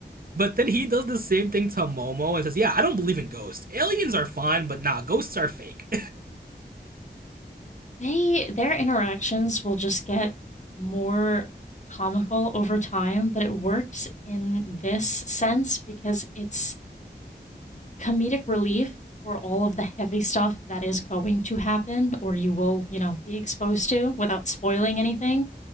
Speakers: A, on the right; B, on the left.
A: But then he does the same thing to Momo and says, "Yeah, I don't believe in ghosts. Aliens are fine, but nah, ghosts are fake."
B: They their interactions will just get more comical over time, but it works in this sense because it's comedic relief for all of the heavy stuff that is going to happen or you will, you know, be exposed to without spoiling anything.